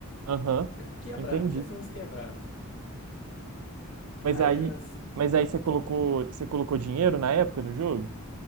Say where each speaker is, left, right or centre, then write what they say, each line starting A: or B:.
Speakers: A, on the right; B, on the left.
A: Aham,
B: É quebrado,
A: entendi.
B: pensa em umas quebrado.
A: Mas
B: Aí
A: aí,
B: era
A: mas aí você colocou, você colocou dinheiro na época no jogo?